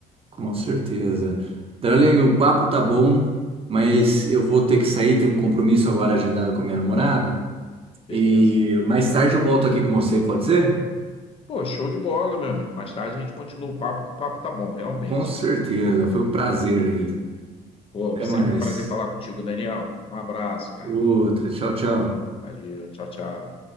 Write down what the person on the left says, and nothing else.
Beleza?
Pô, show de bola, meu amigo. Mais tarde a gente continua o papo, que o papo tá bom, realmente.
Pô,
sempre
um prazer falar contigo, Daniel. Um abraço, cara.
Valeu, tchau, tchau.